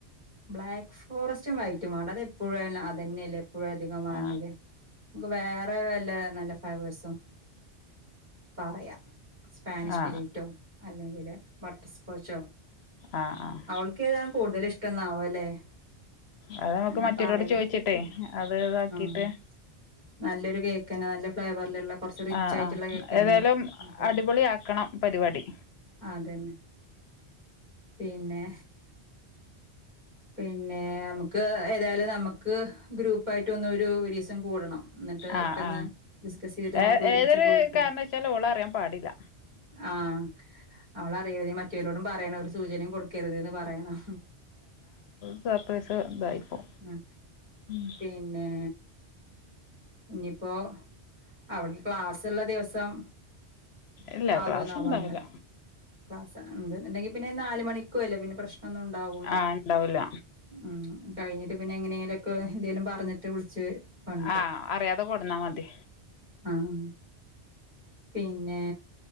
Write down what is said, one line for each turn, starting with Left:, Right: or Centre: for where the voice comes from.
Right: ബ്ലാക്ക് ഫോറസ്റ്റും വൈറ്റും വേണ്ട അത് എപ്പോഴ അത് തന്നെയല്ലേ എപ്പോഴും അധികം വാങ്ങല്
Left: ആ
Right: നമക്ക് വേറെ വല്ല നല്ല ഫൈവ്വേഴസും പറയാ സ്പാനിഷ്
Left: ആ
Right: ടിലീറ്റോ അല്ലെങ്കില് ബട്ടർസ്കോച്ചോ
Left: ആഹ് ആഹ്
Right: അവൾക്കെതാ കൂടുതൽ ഇഷ്ടന്നാവും അല്ലേ
Left: അത് നമുക്ക്
Right: അങ്ങനെ
Left: മറ്റോരോട്
Right: പറയണത
Left: ചോയിച്ചിട്ടേ
Right: കേിട്ടില്ല
Left: അത് ഇതാക്കിട്ട്
Right: ഉം നല്ലൊരു കേക്ക്ന്നെ നല്ല ഫ്ലേവറിലുള്ള കുറച്ച് റിച്ച്
Left: ആ
Right: ആയിട്ടുള്ള
Left: ആ
Right: കേക്ക് തന്നെ
Left: ഏതായാലും അടിപൊളി
Right: തക്കാം
Left: ആക്കണം പരിപാടി
Right: അതന്നെ പിന്നെ പിന്നെ നമുക്ക് ഏതായാലും നമുക്ക് ഗ്രൂപ്പായിട്ടൊന്ന ഒരു രീസം കൂടണം എന്നിട്ട്
Left: ആ
Right: ഒന്ന്
Left: ആ
Right: ഡിസ്കസ് ചെയ്തിട്ട്
Left: ഏ
Right: നമുക്ക് ഒരുമിച്ച്
Left: ഏതൊരു
Right: പോയിട്ട്
Left: കാരണവശാലും ഓള് അറിയാൻ പാടില്ല
Right: ആഹ് അവളറിയരുതേ മറ്റവരോടും പറയണം ഒരു സൂചനയും കൊടുക്കരുത്ന്ന് പറയണം
Left: സർപൈസ് ഇതായിപ്പോ
Right: ഉം
Left: ഉം
Right: പിന്നെ ഇന്നി പ്പൊ അവൾക്ക് ക്ലാസ്സിള്ള ദിവസം
Left: ഇല്ല
Right: ആകോന്നാവോ
Left: ക്ലാസ് ഉണ്ടാവില്ല
Right: അന്ന് ക്ലാസ് ഉണ്ട്ന്ന്ണ്ടെങ്കിൽ പിന്നെ നാല മണിക്കൂ അല്ലേ പിന്നെ പ്രശ് നം ഒന്നും ഉണ്ടാവൂല്ല
Left: ആ ഉണ്ടാവൂല
Right: ഉം കഴിഞ്ഞിട്ട് പിന്നെ എങ്ങനെലുക്കെ എന്തേലും പറഞ്ഞിട്ട് വിളിച്ച് കൊണ്ടരാ
Left: ആഹ് അറിയാതെ കൊടന്നാ മതി
Right: ആഹ് പിന്നെ